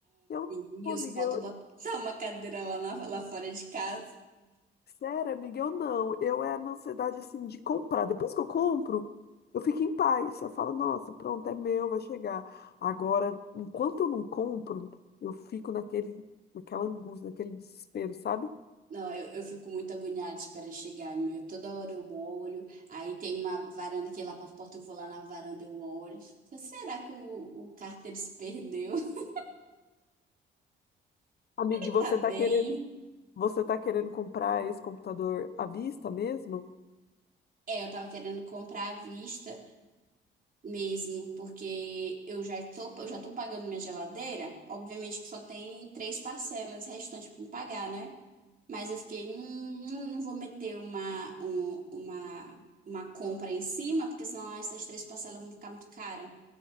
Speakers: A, on the left (about 55°); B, on the right (about 45°).
A: eu,
B: Wilson,
A: pô, amiga,
B: falta
A: eu,
B: botar <laughs> uma cadeira lá, na- lá fora de casa.
A: sério, amiga, eu não. Eu é na ansiedade, assim, de comprar. Depois que eu compro, eu fico em paz. Eu falo, nossa, pronto, é meu, vai chegar. Agora, enquanto eu não compro, eu fico naquele, naquela angústia, naquele desespero, sabe?
B: Não, eu, eu fico muito agoniada de chegar, meu. Toda hora eu olho. Aí tem uma varanda que é lá pra porta, eu vou lá na varanda, eu olho. Falei, Será que o, o Carter se perdeu? <laughs>
A: Amiga,
B: Ele
A: e você
B: tá bem?
A: tá querendo, você tá querendo comprar esse computador à vista mesmo?
B: É, eu tava querendo comprar à vista mesmo, porque eu já tô, eu já tô pagando minha geladeira. Obviamente que só tem três parcelas restantes pra me pagar, né? Mas eu fiquei, hum, não não vou meter uma, um- uma, uma compra em cima, porque senão ah, essas três parcelas vão ficar muito cara.